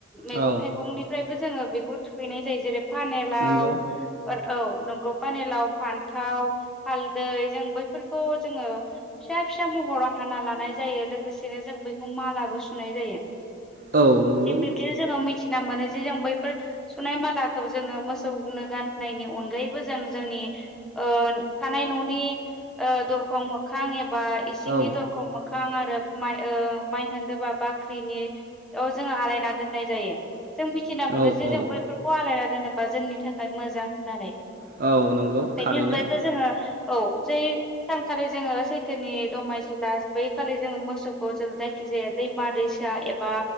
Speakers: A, in the centre; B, on the right.
A: मैगं-थाइगंनिफ्रायबो
B: औ
A: जोङो बेखौ थुखैनाय जायो। जेरै फानेलाव
B: नंगौ
A: ओर औ नंगौ पानिलाव फान्थाव, हालदै जों बैफोरखौ जोङो फिसा फिसा महराव हाना लानाय जायो लोगोसेनो जों बैखौ मालाबो सुनाय जायो
B: औ नंगौ
A: थिग बिब्दिनो जोङो मै थिना मोनो जे जों बैफोर सुनाय मालाखौ जोङो मोसौ नो गानहोनायनि अनगायैबो जों जोंनि थानाय न'नि ओ दरखं मोखां एबा इसिंनि
B: औ
A: दरखं मोखां आरो माइ ओ माइ होनदोबा बाख्रिनि अ जोङो आलायना दोननाय जायो जों मिथिना
B: औ
A: मोनो जे जों
B: औ।
A: बैफोरखौ आलायना दोनोबा जोंनि थाखाय मोजां होननानै
B: औ नंगौ
A: बेनि
B: थारैनो
A: अनगायैबो जोङो औ जै सानखालि जोङो सैथोनि दमायसि लास बैखालि जोङो मोसौखौ जों जायखि जाया दैमा-दैसा एबा